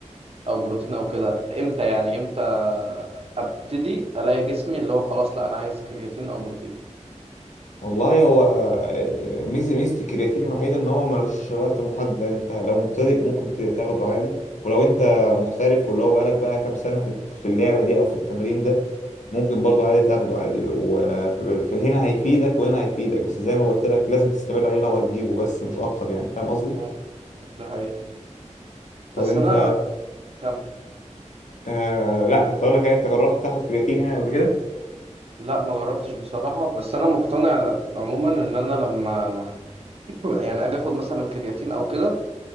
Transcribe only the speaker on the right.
او بروتين او كده امتى يعني امتى ابتدي الاقي جسمي اللي هو خلاص لا انا عايز كرياتين او بروتين
مم.
مم. ده حقيقة
بس
انا كم
لا ما جربتش بصراحة بس انا مقتنع عموما ان انا لما يعني اجي اخد مثلا كرياتين او كده